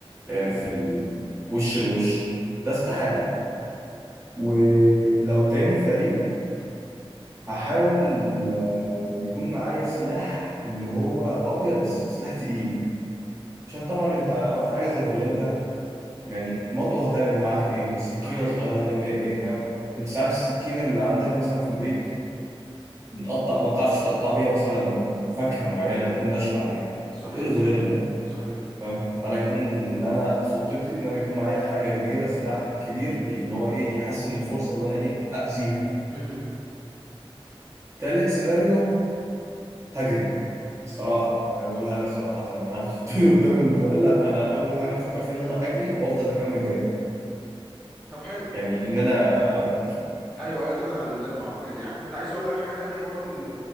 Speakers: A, in the centre; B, on the right.
A: امم
B: آه في ال... وش الوش ده استحاله ولو تاني فريق هحاول آه، يكون معايا سلاح اللي هو ابيض بس سلاح تقيل عشان طبعا انت حاجه زي الغوريلا يعني مطوه هتعمل معاها ايه سكينه
A: صحيح
B: صغيره هتعمل بيها ايه فاهم انت ساعات السكينه اللي عندك مثلا في البيت بتقطع ما بتعرفش تقطع بيها مثلا فاكهه معينه بتكون ناشفه عليها
A: صحيح
B: فتقول غوريلا
A: صحيح صحيح
B: فاهم فانا يكون ان انا خطتي ان انا يكون معايا حاجه كبيره سلاح كبير ان هو ايه يحسن الفرصه ان انا ايه اذيها
A: امم
B: تالت سيناريو هجري صراحة أنا بقولها لك صراحة أنا هتحطني <laughs> قدام الغوريلا أنا أول حاجة أفكر فيها إن أنا أجري وأفضل أكمل جري
A: طب حلو
B: يعني إن أنا أبعد
A: ايوه ايوه تبعد عن ميدان المعركه يعني كنت عايز اقول لك حاجه تانية برضو ان